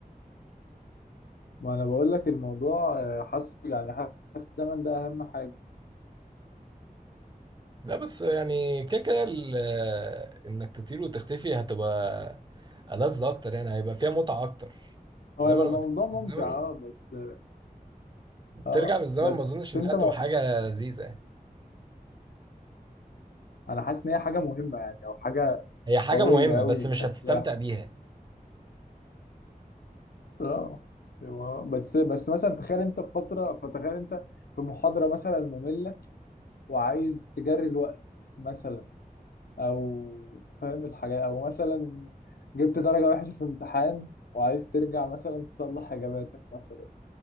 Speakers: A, on the left (about 85°); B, on the right (about 30°).
A: ما انا بقول لك الموضوع آه، حاسه يعني حاسس الزمن ده اهم حاجه
B: لا بس يعني كده كده ال- انك تطير وتختفي هتبقى ألذ اكتر يعني هيبقى فيها متعة اكتر
A: هو
B: انما
A: هيبقى
B: لما
A: الموضوع
B: ترجع
A: ممتع
B: بالزمن
A: اه بس اه
B: ترجع بالزمن
A: بس
B: ما اظنش انها
A: انت
B: تبقى
A: ما...
B: حاجة لذيذة يعني.
A: انا حاسس ان هي حاجه مهمه يعني او حاجه
B: هي حاجة
A: قويه
B: مهمة
A: قوي
B: بس مش
A: كسلاح
B: هتستمتع بيها
A: اه أيوة. بس بس مثلا تخيل انت في فتره فتخيل انت في محاضره مثلا ممله وعايز تجري الوقت مثلا او فاهم الحاجه او مثلا جبت درجه وحشه في امتحان وعايز ترجع مثلا تصلح اجاباتك مثلا